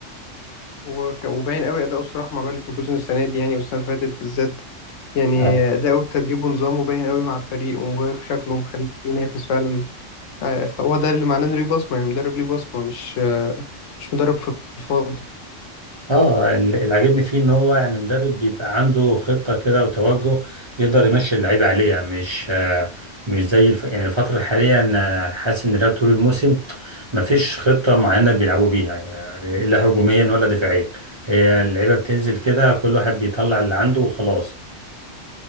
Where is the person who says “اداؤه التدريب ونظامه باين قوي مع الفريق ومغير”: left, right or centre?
Left